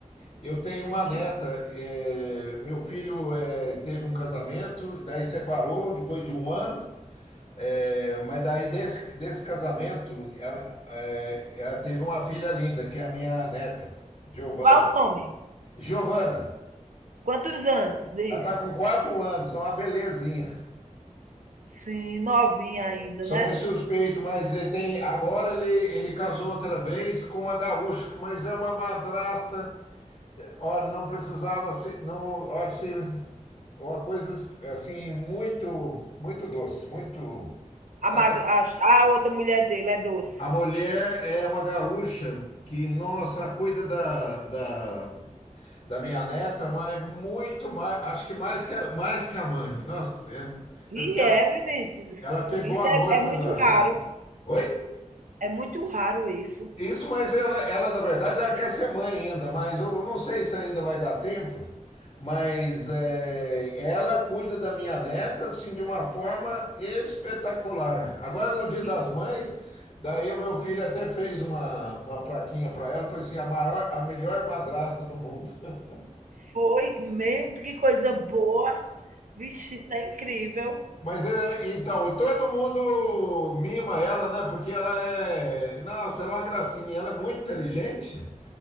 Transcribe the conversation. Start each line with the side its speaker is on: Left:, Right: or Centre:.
Left: Eu tenho
Right: Sim.
Left: uma neta. eh, meu filho eh, teve um casamento, daí separou depois de um ano. É, mas daí desse, desse casamento, ela, é, ela teve uma filha linda, que é a minha neta, Giovana.
Right: Qual o nome?
Left: Giovana,
Right: Quantos anos? Diz.
Left: ela tá com quatro anos, é uma belezinha.
Right: Sim, novinha ainda,
Left: Sou
Right: né?
Left: meio suspeito, mas ele tem. Agora ele, ele casou outra vez com uma gaúcha, mas é uma madrasta. Olha, não precisava se. Não, olha, se, uma coisa assim, muito, muito doce, muito.
Right: A,
Left: Ela
Right: madr... a, a outra mulher dele é doce.
Left: A mulher é uma gaúcha que, nossa, cuida da, da, da minha neta, mas muito mais, acho que mais que a, mais que a mãe. Nossa, é,
Right: E
Left: é porque
Right: é, Vinícius.
Left: ela pegou
Right: Isso
Left: amor
Right: é, é
Left: pela
Right: muito raro.
Left: criança. Oi?
Right: É muito raro isso.
Left: Isso, mas ela, ela, na verdade, ela quer ser mãe ainda, mas eu não sei se ainda vai dar tempo, mas é, ela cuida da minha neta, assim, de uma forma espetacular. Agora, no Dia
Right: E
Left: das Mães, daí o meu filho até fez uma, uma plaquinha para ela, pois assim, a maior, a melhor madrasta do mundo. <laughs>
Right: foi, meu, que coisa boa. Vixe, isso é incrível.
Left: Mas é, então, e todo mundo mima ela, né? Porque ela é, nossa, ela é uma gracinha, ela é muito inteligente